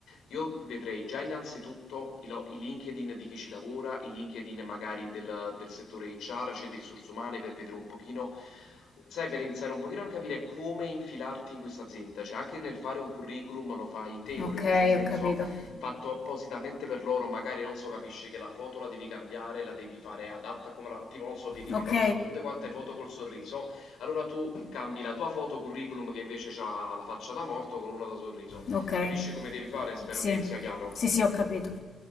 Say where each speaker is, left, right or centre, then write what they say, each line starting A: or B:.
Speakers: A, on the left; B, on the left.
A: io vedrei già innanzitutto i, lo- i LinkedIn di chi ci lavora, i LinkedIn magari del, del settore HR, cioè di risorse umane, per vedere un pochino, sai, per iniziare un pochino a capire come infilarti in questa azienda, cioè anche nel fare un curriculum lo fai tailored,
B: ok,
A: cioè nel senso
B: ho capito.
A: fatto appositamente per loro, magari non so, capisci che la foto la devi cambiare, la devi fare adatta come la... tipo non so, vedi
B: Ok,
A: che loro hanno tutte quante foto col sorriso, allora tu cambi la tua foto curriculum che invece ha la faccia da morto con una da sorriso.
B: ok,
A: Capisci come devi fare? Spero
B: sì,
A: che sia chiaro.
B: sì, sì, ho capito.